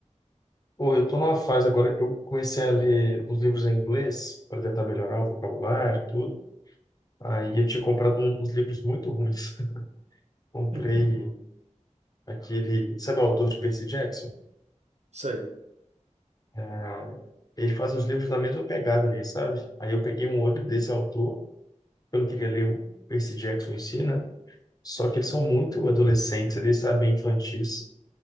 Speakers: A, on the left; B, on the right.
A: Pô, eu tô numa fase agora, eu comecei a ler os livros em inglês para tentar melhorar o vocabulário e tudo. Aí eu tinha comprado um- uns livros muito ruins. <laughs> Comprei
B: <laughs>
A: aquele, sabe o autor de Percy Jackson?
B: Sei.
A: É, ele faz os livros na mesma pegada ali, sabe? Aí eu peguei um outro
B: Uhum.
A: desse autor eu não queria ler o Percy Jackson em si, né? Só que eles são muito adolescentes ali, sabe? Infantis.